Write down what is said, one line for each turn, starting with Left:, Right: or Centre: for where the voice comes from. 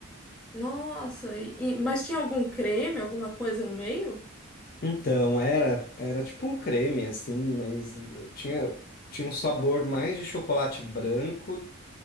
Centre: Nossa, e- e- mas tinha algum creme, alguma coisa no meio?
Left: Então, era, era tipo um creme, assim, mas eh, tinha, tinha um sabor mais de chocolate branco,